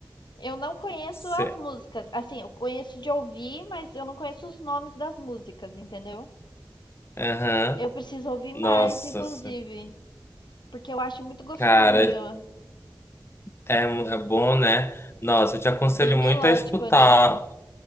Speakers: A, on the left; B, on the left.
A: Eu não conheço as
B: Cê-
A: músicas. Assim, eu conheço de ouvir, mas eu não conheço os nomes das músicas, entendeu?
B: Aham.
A: Eu preciso ouvir mais,
B: Nossa,
A: inclusive,
B: assim,
A: porque eu acho muito gostosinho,
B: cara, é, mu- é bom, né? Nossa, eu te aconselho
A: bem melódico,
B: muito a escutar
A: né?